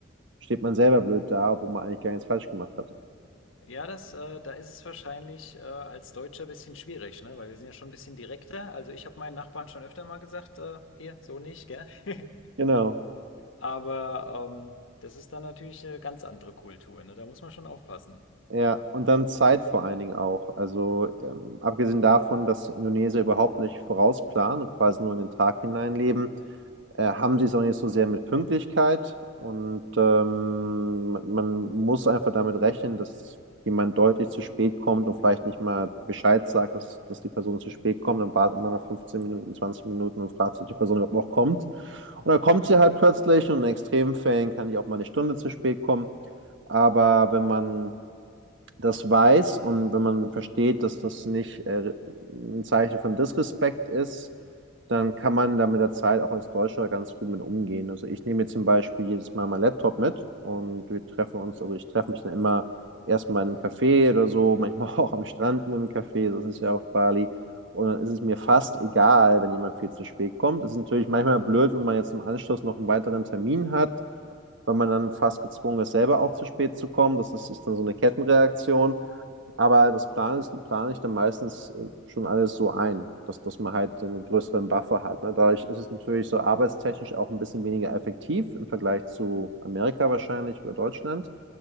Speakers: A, on the right (about 65°); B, on the left (about 80°).
A: steht man selber blöd da, obwohl man eigentlich gar nichts falsch gemacht hat.
B: Ja, das, äh, da ist es wahrscheinlich äh, als Deutscher ein bisschen schwierig, ne? Weil wir sind ja schon ein bisschen direkter. Also ich habe meinen Nachbarn schon öfter mal gesagt, äh, hier, so nicht, gell? <laughs>
A: Genau.
B: Aber ähm, das ist dann natürlich eine ganz andere Kultur, ne? Da muss man schon aufpassen.
A: Ja, und dann Zeit vor allen Dingen auch. Also ähm, abgesehen davon, dass Indonesier überhaupt nicht vorausplanen und quasi nur in den Tag hineinleben, äh, haben sie es auch nicht so sehr mit Pünktlichkeit. Und ähm, man, man muss einfach damit rechnen, dass jemand deutlich zu spät kommt und vielleicht nicht mal Bescheid sagt, dass, dass die Person zu spät kommt. Dann wartet man nach 15 Minuten, 20 Minuten und fragt sich, ob die Person überhaupt noch kommt. Und dann kommt sie halt plötzlich und in extremen Fällen kann die auch mal eine Stunde zu spät kommen. Aber wenn man das weiß und wenn man versteht, dass das nicht äh, ein Zeichen von Disrespekt ist, dann kann man da mit der Zeit auch als Deutscher ganz gut mit umgehen. Also ich nehme jetzt zum Beispiel jedes Mal meinen Laptop mit und wir treffen uns, also ich treffe mich dann immer erstmal in einem Café oder so, manchmal <laughs> auch am Strand in einem Café, das ist ja auf Bali. Und dann ist es mir fast egal, wenn jemand viel zu spät kommt. Es ist natürlich manchmal blöd, wenn man jetzt im Anschluss noch einen weiteren Termin hat, weil man dann fast gezwungen ist, selber auch zu spät zu kommen. Das ist, ist dann so eine Kettenreaktion. Aber das Plan ist, plane ich dann meistens äh, schon alles so ein, dass, dass man halt einen größeren Buffer hat. Ne? Dadurch ist es natürlich so arbeitstechnisch auch ein bisschen weniger effektiv im Vergleich zu Amerika wahrscheinlich oder Deutschland.